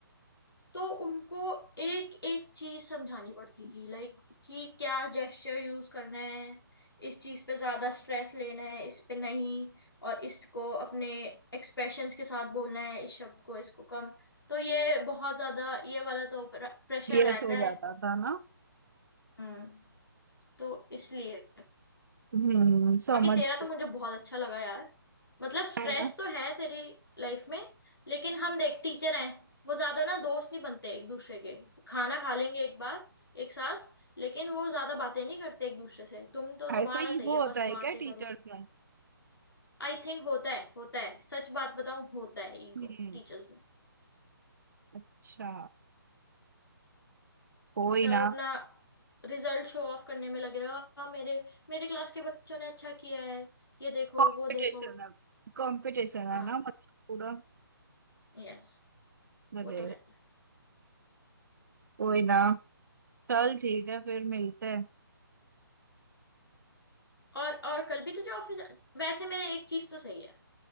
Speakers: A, on the left; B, on the right.
A: तो उनको एक एक चीज समझानी पड़ती थी लाइक कि क्या जेस्चर यूज करना है इस चीज पे ज्यादा स्ट्रेस लेना है इस पे नहीं और इसको अपने एक्सप्रेशंस के साथ बोलना है इस शब्द को इसको कम तो ये बहुत ज्यादा ये वाला तो प्रेशर
B: यस
A: रहता
B: हो
A: है
B: जाता था ना
A: हम्म तो इसलिए
B: हम्म समझ
A: बाकी तेरा
B: <laughs>
A: तो मुझे बहुत अच्छा लगा यार मतलब स्ट्रेस
B: हाँ।
A: तो है तेरी लाइफ में लेकिन हम देख टीचर हैं वो ज्यादा ना दोस्त नहीं बनते एक दूसरे के खाना खा लेंगे एक बार एक साथ लेकिन वो ज्यादा बातें नहीं करते एक दूसरे से तुम तो
B: ऐसा
A: तुम्हारा
B: ईगो
A: सही है
B: होता
A: मस्त
B: है
A: बातें
B: क्या
A: करो
B: टीचर्स में
A: आई थिंक होता है होता है सच बात बताऊं होता है ईगो
B: हम्म
A: टीचर्स में
B: अच्छा कोई
A: सब
B: ना
A: अपना रिजल्ट शो ऑफ करने में लग रहा "आ, मेरे मेरे क्लास के बच्चों ने अच्छा किया है ये देखो
B: कंपटीशन
A: वो देखो
B: है कंपटीशन
A: हाँ
B: है ना मतलब पूरा
A: यस
B: अरे
A: वो तो है
B: कोई ना चल ठीक है फिर मिलते हैं
A: और और कल भी तुझे ऑफिस वैसे मेरा एक चीज तो सही है